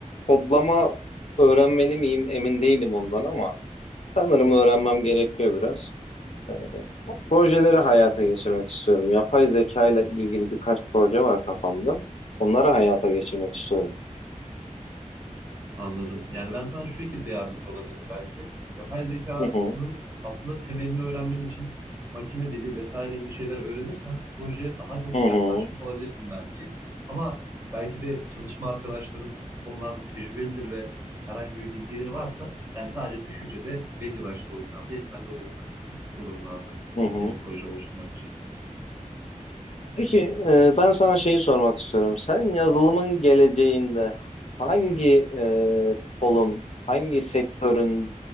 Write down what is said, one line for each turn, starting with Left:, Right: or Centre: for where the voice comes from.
Left: kodlama öğrenmeli miyim emin değilim ondan ama sanırım öğrenmem gerekiyor biraz. O projeleri hayata geçirmek istiyorum. Yapay zeka ile ilgili birkaç proje var kafamda. Onları hayata geçirmek istiyorum.
Right: Anladım. Yani ben sana şu şekilde yardımcı olabilirim belki. Yapay zekanın
Left: Hı hı,
Right: aslında temelini öğrenmen için makine dili vesaire gibi şeyler öğrenirsen projeye daha çok
Left: hı hı,
Right: yaklaşmış olabilirsin belki. Ama belki de çalışma arkadaşların bu konularda tecrübelidir ve herhangi bir bilgileri varsa yani sadece düşünce de belli başlı boyutlarda yeterli oluyor tabii ki bu durumlarda
Left: hı hı.
Right: yeni proje oluşturmak için.
Left: Peki, e, ben sana şeyi sormak istiyorum. Sen yazılımın geleceğinde hangi e, kolun, hangi sektörün